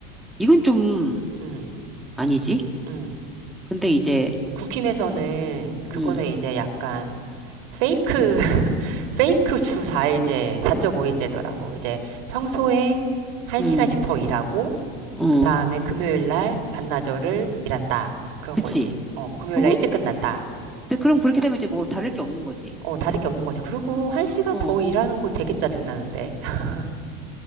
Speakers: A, in the centre; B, on the right.
A: 이건 좀
B: 음,
A: 아니지.
B: 음.
A: 근데 이제,
B: 국힘에서는 그거는
A: 음,
B: 이제 약간 페이크, <laughs> 페이크 주 4일제, 4.5일제더라고. 이제 평소에 1시간씩
A: 음,
B: 더 일하고,
A: 어,
B: 그 다음에 금요일 날 반나절을 일한다. 그런
A: 그치.
B: 거지. 어, 금요일
A: 그거,
B: 날 일찍 끝난다.
A: 근데 그럼 그렇게 되면 이제 뭐 다를 게 없는 거지.
B: 어, 다를 게 없는 거지. 그리고 1시간
A: 어.
B: 더 일하는 거 되게 짜증나는데. <laughs>